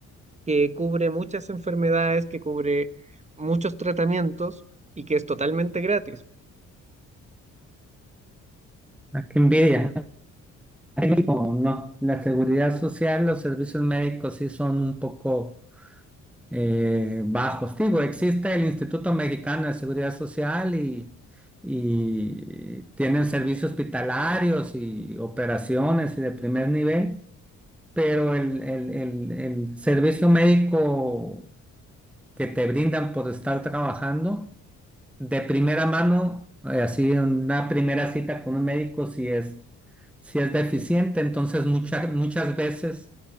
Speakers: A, on the right; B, in the centre.
A: que cubre muchas enfermedades, que cubre muchos tratamientos y que es totalmente gratis.
B: Ah, qué envidia. En México, no, la seguridad social, los servicios médicos sí son un poco eh, bajos. Digo, existe el Instituto Mexicano de Seguridad Social y, y tienen servicios hospitalarios y operaciones y de primer nivel. pero el, el- el- el servicio médico que te brindan por estar trabajando de primera mano, eh, así en una primera cita con un médico, si es, si es deficiente, entonces muchas muchas veces